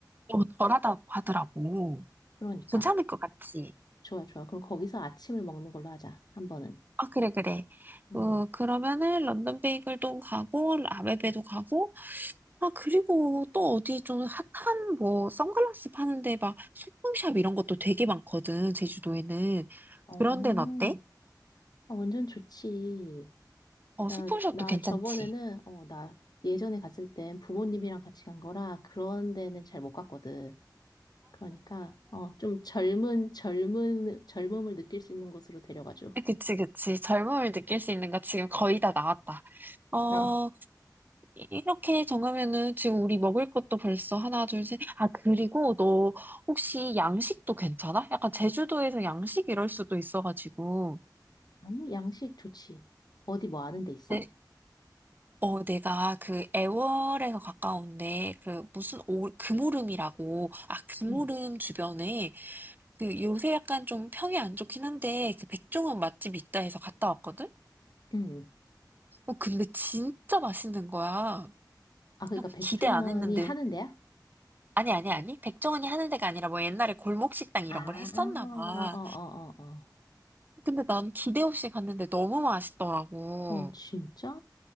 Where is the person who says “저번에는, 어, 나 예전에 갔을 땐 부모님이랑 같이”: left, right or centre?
Left